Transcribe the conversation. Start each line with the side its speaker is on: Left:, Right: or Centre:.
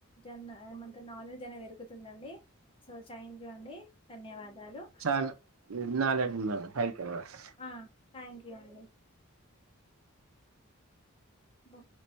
Left: జన్ ఏమంత నాలెడ్జ్ అనేది దరుగుకుతుందండి సో థ్యాంక్ యూ అండి ధన్యవాదాలు
Right: చాలు నాలెడ్జ్ పైకి వస్
Left: ఆ థ్యాంక్ యూ అండి బ.